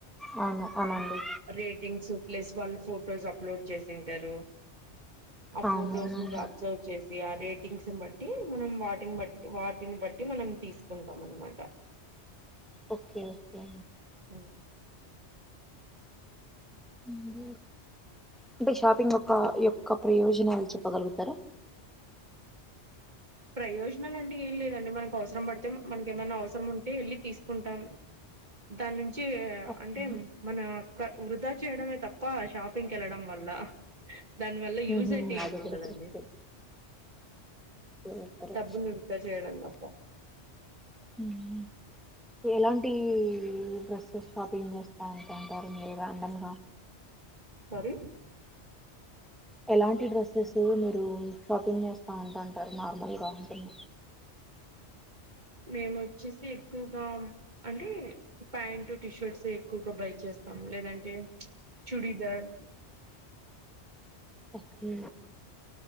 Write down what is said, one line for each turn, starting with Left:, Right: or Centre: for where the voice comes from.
Centre: అవును అనడి
Right: రేటింగ్స్ ప్లస్ వాళ్ళు ఫొటోస్ అప్లోడ్ చేసింటారు ఆ
Centre: అవునవునండి
Right: ఫోటోస్ నురు అబ్జర్వ్ చేసి ఆ రేటింగ్స్ బట్టి మనం వాటిని బట్టి వాటి వటిని బట్టి మనం తీసుకుంటాం అనమాట
Centre: ఓకే ఓకే
Right: ఉ
Centre: ఉమ్ అంటే షాపింగ్ యొక్క యొక్క ఒక ప్రయోజనాలు చెప్పగలుగుతారా
Right: ప్రయోజనాలు అంటే ఏమీ లేదండి మనకు అవసరం పడితే మనకు ఏమైనా అవసరం ఉంటే వెళ్ళి తీసుకుంటాం దానించి
Centre: ఓకే
Right: అంటే మన వృధా చేయడమే తప్ప షాప్ పింగ్ కి వెళ్ళడం వల్ల దాని వల్ల
Centre: మ్మ్
Right: యూజ్
Centre: హ్మ్
Right: అయితే ఏమి
Centre: అది
Right: ఉండదండి
Centre: కూడా కరెక్టే చెప్పారు
Right: డబ్బులు వృధా చేయడం తప్ప
Centre: ఉమ్. ఎలాంటి డ్రెస్సెస్ షాపింగ్ చేస్తారు అంటారు మీరుగా అందంగా
Right: సారీ
Centre: ఎలాంటి డ్రెస్సెస్ మీరు షాపింగ్ చేస్తా ఉంటా అంటారు నార్మల్గా అంటున్నా
Right: మేము వచ్చేసి ఎక్కువగా అంటే ప్యాంటు టీషర్ట్స్ ఎక్కువగా బై చేస్తాం లేదంటే చుప్ చుడిదార్
Centre: ఓకే